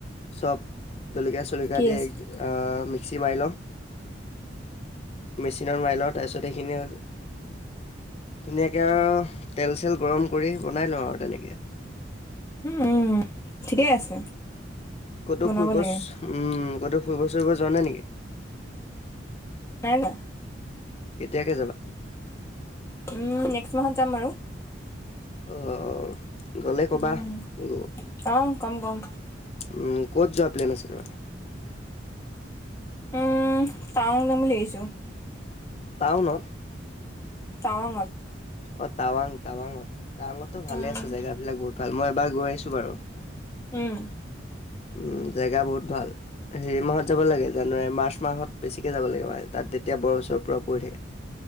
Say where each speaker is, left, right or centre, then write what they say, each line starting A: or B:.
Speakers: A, on the left (about 35°); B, on the left (about 15°).
A: চব জলকীয়া চলকীয়া
B: কি
A: দি
B: আছে
A: মিক্সি মাৰি লওঁ মেচিনত মাৰ লৰ তাৰ পিছত সেইখিনিয়ে ধুনীয়াকে আৰু তেল চেল গৰম কৰি বনাই লওঁ আৰু তেনেকে।
B: উম উম ঠিকেই আছে
A: ক'তো
B: বনাব
A: ফুৰিব
B: লাগে
A: উম ক'তো ফুৰিব চুৰিব যোৱা নে নেকি
B: ন ন
A: এতিয়াকে যাবা
B: উম নেক্সট মাহত যাম আৰু
A: আহ আহ গলে কবা
B: উম
A: গ
B: অ কম কম
A: উম। ক'ত যোৱা প্লেন আছে তোমাৰ
B: উম টাউং নাম বুলি আহিছো
A: টাউনত।
B: টাৱঙত
A: অ টাৱাং টাৱাঙত টাৱাঙতো ভালে
B: উম
A: আছে জেগা বিলাক বহুত ভাল মই এবাৰ গৈ আছো বাৰু
B: উম
A: উম জেগা বহুত ভাল হেৰি মাহত যাব লাগে জানুৱাৰী মাৰ্চ মাহত বেছিকে যাব লাগে মানে। তাত তেতিয়া বৰ ওৰ পৰা পৰি থে